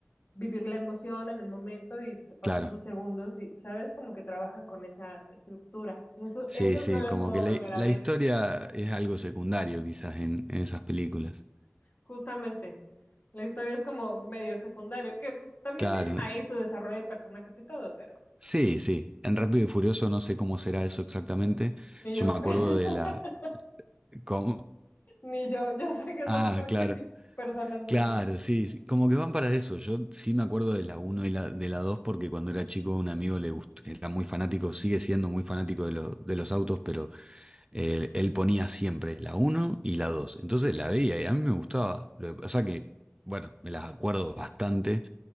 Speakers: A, on the left; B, on the right.
A: vivir la emoción en el momento y se te pasan
B: claro.
A: unos segundos y, ¿sabes? Como que trabajan con esa estructura. Entonces, eso-
B: Sí,
A: esas
B: sí,
A: no las
B: como
A: puedo
B: que
A: volver
B: la,
A: a
B: la
A: ver,
B: historia es algo secundario quizás en, en esas películas.
A: justamente. La historia es como medio secundario, que pues también
B: Claro,
A: tienen ahí su desarrollo de personajes y todo, pero...
B: sí, sí. En Rápido y Furioso no sé cómo será eso exactamente.
A: Ni
B: Yo
A: yo,
B: me acuerdo
A: <laughs>
B: de la... ¿Cómo?
A: ni yo. Yo sé que
B: Ah,
A: son coches
B: claro.
A: y personas muy
B: Claro,
A: fuertes.
B: sí, sí, como que van para eso. Yo sí me acuerdo de la uno y la, de la 2 porque cuando era chico un amigo le gust- era muy fanático, sigue siendo muy fanático de, lo- de los autos, pero eh, él ponía siempre la uno y la 2. Entonces la veía y a mí me gustaba. Lo que pasa que, bueno, me las acuerdo bastante